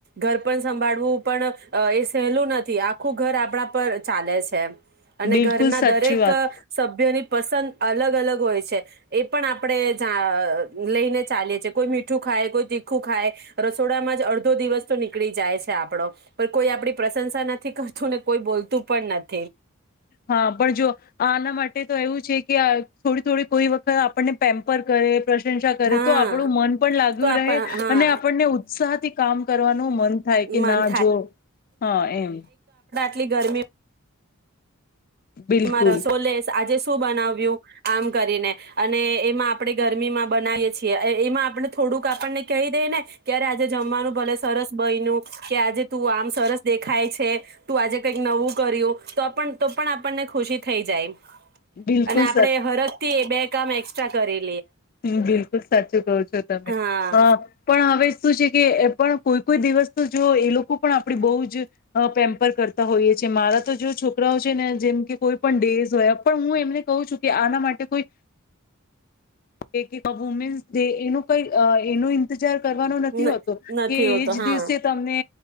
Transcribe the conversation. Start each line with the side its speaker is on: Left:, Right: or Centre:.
Right: ઘર પણ સંભાળવું પણ એ સહેલું નથી આખું ઘર આપણા પર ચાલે છે. અને
Left: બિલકુલ
Right: ઘરના
Left: સાચી
Right: દરેક
Left: વાત
Right: અ સભ્યની પસંદ અલગ-અલગ હોય છે એ પણ આપણેે જા લઈને ચાલીએ છીએ કોઈ મીઠું ખાય, કોઈ તીખું ખાય, રસોડામાં જ અડધો દિવસ તો નીકળી જાય છે આપડો પણ કોઈ આપડી પ્રશંસા નથી કર ને કોઈ બોલતું પણ નથ
Left: હા પણ જો આના માટે તો એવું છે કે થોડી-થોડી કોઈ વત આપણને પેમ્પર કરે પ્રશંસા કરે
Right: હા
Left: તો આપણું મન પણ લાગ્યું
Right: તો આપ
Left: રહે
Right: હા
Left: અને આપણને ઉત્સાહથી કામ કરવાનું મન થાય કે
Right: મન
Left: ના જો હા એમ
Right: કેટલી ગરમી
Left: બિલકુલ
Right: મા રસોલેસ આજે શું બનાવ્યું આમ કરીને અને એમાં આપણે ગરમીમાં બનાવીયે છીએ એમાં આપણે થોડુંક આપણને કહી દઈ ને કે આજે જમવાનું ભલે સરસ બયનું કે આજે તું આમ સરસ દેખાય છે, તું આજે કઈક નવું કર્યું તો પણ તો પણ આપણને ખુશી થઈ જાય.
Left: બિલકુલ
Right: અને આપડે હરખથી બે કામ એ ચ કરે.
Left: હમ્મ, બિલકુલ સાચું કહો છો તમે
Right: હા
Left: પણ હવે શું છે કે પણ કોઈ-કોઈ દિવસ તો જો એ લોકો પણ આપણી બહુ જ પેમ્પર કરતા હોઈએ છીએ મારા તો જો છો કરાઓ છે ને જેમ કે કોઈ પણ ડેઝ હોય પણ હું એમને કહું છું કે આના માટે કોઈ કે વુમનસ ડે એનું કઈ એનું ઈતઝાર કરવાનો
Right: હમ
Left: નથી હોતો
Right: નથી
Left: કે
Right: હોતો
Left: એજ
Right: હા
Left: દિવસે તમને